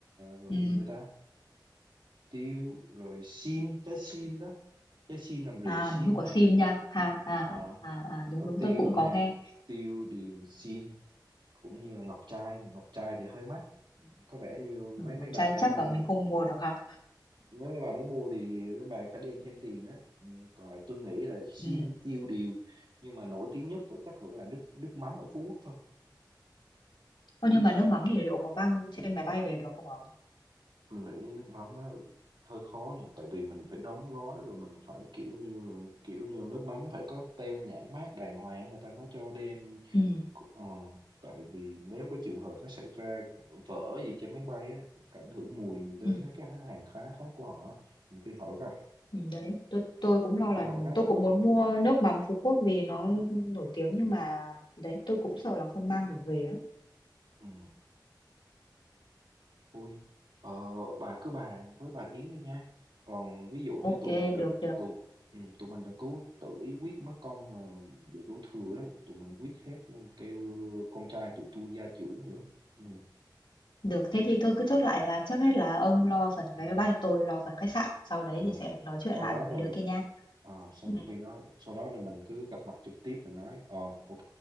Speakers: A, on the right; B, on the left.
A: rồi
B: Ừ.
A: cái gì nữa ta tiêu rồi sim trái sim đó trái sim làm rượu
B: À
A: sim
B: đúng rồi, có
A: nè
B: sim nha. Ha, à,
A: Ờ,
B: à, à, đúng
A: có
B: đúng
A: tiêu
B: tôi cũng có
A: nè
B: nghe.
A: tiêu điều sim cũng như là ngọc trai ngọc trai thì hơi mắc có vẻ như
B: Ừ,
A: mấy mấy bà
B: chắc,
A: phải
B: chắc
A: mang
B: là mình không mua được ha.
A: nếu mấy bà muốn mua thì mấy bà phải đem thêm tiền đó ừ, còn lại tôi nghĩ là sim
B: Ừ.
A: tiêu điều nhưng mà nổi tiếng nhất vẫn chắc vẫn là nước nước mắm ở Phú Quốc thôi
B: Ô, nhưng mà nước mắm thì liệu có mang trên máy bay về được không ạ?
A: tôi nghĩ nước mắm nó hơi khó nhỉ tại vì mình phải đóng gói rồi mình phải kiểu như là kiểu như nước mắm phải có tem nhãn mác đàng hoàng người ta mới cho đem
B: Ừ.
A: ờ, tại vì nếu có trường hợp nó xảy ra vỡ gì trên máy bay á ảnh hưởng mùi đến
B: Ừ.
A: mấy cái hàng hóa khác của họ á, nhiều khi họ gặp
B: Ừ. Đấy, tôi tôi cũng lo
A: nhiều
B: là
A: khi họ gấp
B: tôi
A: á
B: cũng muốn mua nước mắm Phú Quốc vì nó nổi tiếng nhưng mà đấy tôi cũng sợ là không mang được về á.
A: ừ. Ui, ờ, bà cứ bàn với bà Yến đi nha. Còn ví dụ
B: Ok,
A: như tụi mình đừng
B: được được.
A: tụi ừ, tụi mình đừng cố tự ý quyết mất con mà bị đổ thừa đó, tụi mình quyết hết ừ, kêu con trai tụi tôi gia trưởng nữa. Ừ,
B: Được, thế thì tôi cứ chốt lại là trước hết là ông lo phần
A: ừ.
B: vé máy bay, tôi lo phần khách sạn, sau đấy
A: Ờ.
B: thì sẽ nói chuyện
A: Sau
B: lại
A: đó
B: với mấy
A: rồi
B: đứa kia nha.
A: ờ, xong
B: Ừ.
A: khi đó sau đó rồi mình cứ gặp mặt trực tiếp mình nói ờ ok,